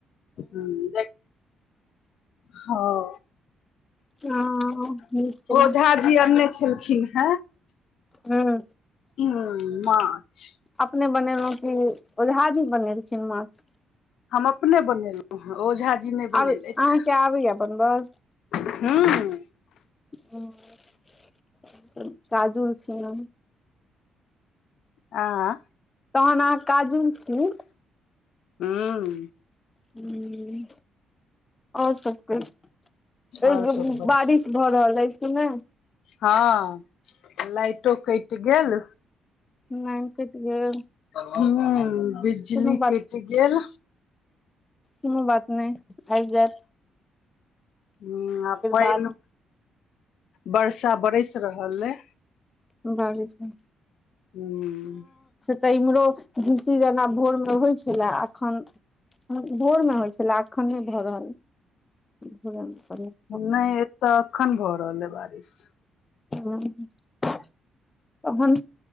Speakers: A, on the left; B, on the left.
A: हुं देख हां।
B: हँ
A: ओझाजी आनने छलखिन्ह हें।
B: हूँ
A: हुं माछ।
B: अपने बनेलो की ओझाजी बनेलखिन्ह माछ?
A: हम अपने बनेलो हें ओझाजी नै
B: आब
A: बनेलैथ
B: अहाँके
A: ह।
B: आबैया बनबऽ
A: हुं
B: हुं काजुल छी अहां।
A: आ?
B: तहन अहाँ काजूल छी।
A: हूं
B: हुं और सब कहीं <unintelligible>
A: आओर सब
B: बारिश भ रहल अछि की नै?
A: हां लाइटो कैट गेल।
B: लैन कैट गेल।
A: हुं बिजली
B: कोनो बात
A: कैट गेल।
B: कुनु बात नै आएब जाएत।
A: हूं आ पानि
B: बाद
A: वर्षा बरैस रहल या।
B: बारिस में।
A: हूं
B: तऽ इम्हरो भिनसी जेना भोर मे होइ छले अखन भोर मे होइ छलै आ एखन अखन नहि भऽ रहल भौबे
A: नहि एतऽ अखन भऽ रहल है बारिश।
B: ह तखन